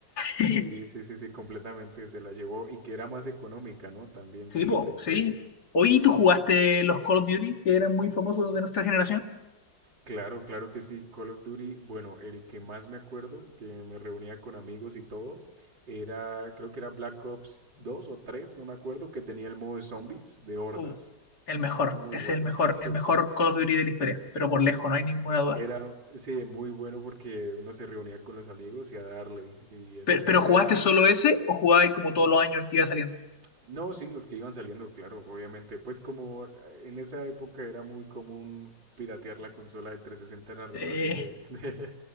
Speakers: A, on the right (about 85°); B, on the left (about 60°).
A: sí,
B: <laughs>
A: sí, sí, sí, completamente se la llevó y que era más económica, ¿no? También
B: Sí,
A: que la
B: po,
A: Play
B: sí.
A: 3.
B: Oye, ¿tú jugaste los Call of Duty, que eran muy famosos de nuestra generación?
A: Claro, claro que sí, Call of Duty, bueno, el que más me acuerdo, que me reunía con amigos y todo, era, creo que era Black Ops 2 o 3, no me acuerdo, que tenía el modo de zombies de hordas.
B: Uh, el mejor,
A: Muy
B: es
A: bueno,
B: el mejor,
A: <laughs> así.
B: el mejor Call of Duty de la historia, pero por lejos, no hay ninguna duda.
A: Era, sí, muy bueno porque uno se reunía con los amigos y a darle. Y ese
B: Pero,
A: modo
B: pero ¿jugaste
A: era,
B: solo ese o jugabas como todos los años el que iba saliendo?
A: no, sí, los que iban saliendo, claro, obviamente. Pues como eh, en esa época era muy común piratear la consola del 360, era re
B: Sí,
A: fácil de... <laughs> de-